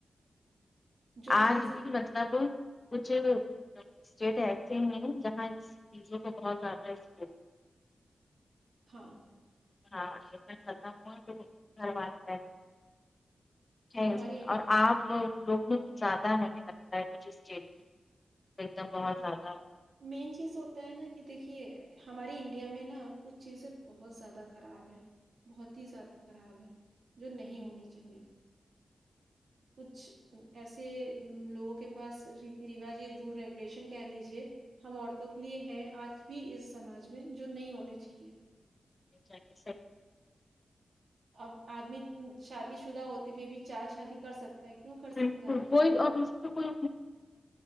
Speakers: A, on the right; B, on the left.
A: جو
B: آج
A: چیز
B: بھی مطلب کچھ اسٹیٹ ایسے ہیں جہاں اس چیزوں کو بہت زیادہ ہے سک
A: ہاں
B: ہاں کرتا ہ گھر والے
A: بٹ
B: ہے
A: ہماری
B: اس سے اور آپ لوگوں کو زیادہ ہمیں لگتا ہے مجھے اسٹیٹ میں ایک دم بہت
A: ہاں
B: زیادہ
A: مین چیز ہوتا ہے نا کہ دیکھیے ہمارے انڈیا میں نا کچھ چیزیں بہت زیادہ خراب ہیں بہت ہی زیادہ خراب ہے جو نہیں ہونی چاہیے کچھ ایسے لوگوں کے پاس ریتی روج یہ ضرور رہ ریلیشن کہ لیجیے ہم عورتوں کے لیے ہیں آج بھی اس سماج میں جو نہیں ہونے چاہیے
B: جا کے صحیح
A: اب آدمی شادی شدہ ہوتے ہوئے بھی چار شادی کر سکتا ہے کیوں کر سکتا
B: بالکل
A: ہے
B: کوئی اور اس کوئی